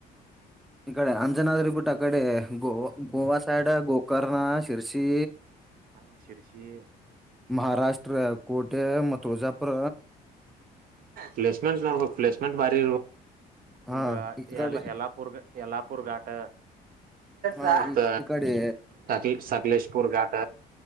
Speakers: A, in the centre; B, on the right.
A: ಈಕಡೆ ಅಂಜನಾದ್ರಿ ಬಿಟ್ಟ ಅ ಕಡೆ ಗೋವಾ ಗೋವಾ ಸೈಡ್ ಗೋಕರ್ಣ ಶಿರ್ಸಿ.
B: ಹಾ ಶಿರಿಸಿ.
A: ಮಹಾರಾಷ್ಟ್ರ ಕೋಟೆ ಮತ್ತು ಬಿಜಾಪುರ.
B: ಪ್ಲೆಸ್ಮೆಂಟ್ ನೊಡ್ಬೇಕು ಪ್ಲಸ್ಮೆಂಟ್ ಬಾರಿ ಇ
A: ಹಾ
B: ಹಿಂಗ
A: ಈ ಕಡೆ
B: ಎಲ್ಲ ಯಲ್ಲಾಪುರ್ ಗೆ. ಯಲ್ಲಾಪುರ್ ಘಾಟ್
A: ಹ
B: ಮತ್ತ
A: ಈ ಈ ಕಡೆ
B: ಮತ್ತ ಸಕಲೇಶ್ <unintelligible> ಪುರ್ಘಾಟ.